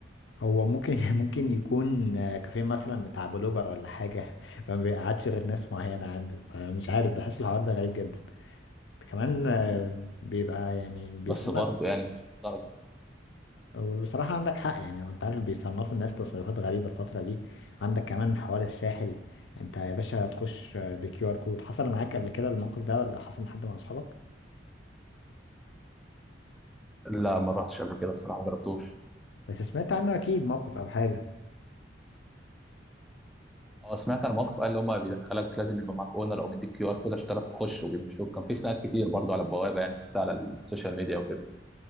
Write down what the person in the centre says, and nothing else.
بس
بس برضه يعني مش درجه
لا ما رحتش قبل كده الصراحه ما جربتوش
اه سمعت عن موقف قال اللي هم بيدخلك لازم يبقى معاك اونر او بيديك كيو ار كود عشان تعرف تخش وبيمشوك كان في خناقات كتير برضه على البوابه يعني شفتها على السوشيال ميديا وكده